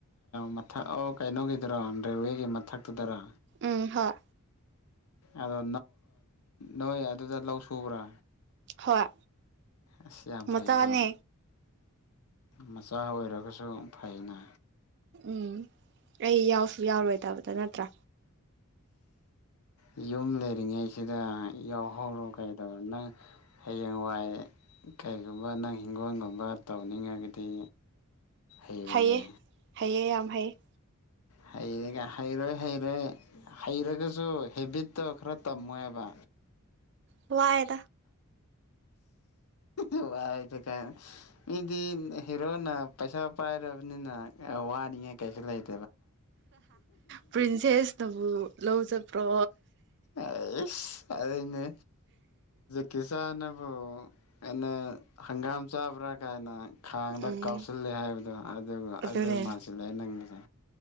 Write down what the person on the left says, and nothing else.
ꯃꯊꯛ ꯑꯣ ꯀꯩꯅꯣꯒꯤꯗꯔꯣ ꯔꯦꯜꯋꯦꯒꯤ ꯃꯊꯛꯇꯨꯗꯔꯣ
ꯑꯗꯣ ꯅꯣꯏ ꯑꯗꯨꯗ ꯂꯧ ꯁꯨꯕ꯭ꯔꯥ
ꯑꯁ ꯌꯥꯝ
ꯐꯩꯌꯦꯀꯣ ꯃꯆꯥ ꯑꯣꯏꯔꯒꯁꯨ ꯐꯩꯅ
ꯎ ꯌꯨꯝ ꯂꯩꯔꯤꯉꯩꯁꯨ ꯌꯥꯎꯍꯧꯔꯣ ꯀꯩꯗꯧꯔꯦ ꯅꯪ ꯍꯌꯦꯡꯋꯥꯏ ꯀꯩꯒꯨꯝꯕ ꯅꯪ ꯍꯤꯡꯒꯣꯜꯒꯨꯝꯕ ꯇꯧꯅꯤꯡꯉꯒꯗꯤ ꯍꯩꯔꯣꯏꯌꯦ
ꯍꯩꯔꯒ ꯍꯩꯔꯣꯏ ꯍꯩꯔꯣꯏ ꯍꯩꯔꯒꯁꯨ ꯍꯦꯕꯤꯠꯇꯣ ꯈꯔ ꯇꯝꯃꯣꯏꯕ
ꯋꯥ ꯆ ꯃꯤꯗꯤ ꯍꯤꯔꯣꯅ ꯄꯩꯁꯥ ꯄꯥꯏꯔꯕꯅꯤꯅ ꯋꯥꯅꯤꯡꯉꯦ ꯀꯩꯁꯨ ꯂꯩꯇ
ꯑꯩ ꯑꯩꯅꯦ ꯀꯤꯁꯥꯟ ꯑꯦꯟꯅ ꯍꯪꯒꯥꯝ ꯆꯥꯕ꯭ꯔꯥ ꯀꯥꯏꯅ ꯈꯥꯡꯗ
ꯀꯥꯎꯁꯤꯜꯂꯦ ꯍꯥꯏꯕꯗꯣ ꯑꯗꯨꯒ
ꯑꯗꯨ ꯃꯥꯟꯁꯤꯜꯂꯛꯑꯦ ꯅꯪꯒꯤꯁꯦ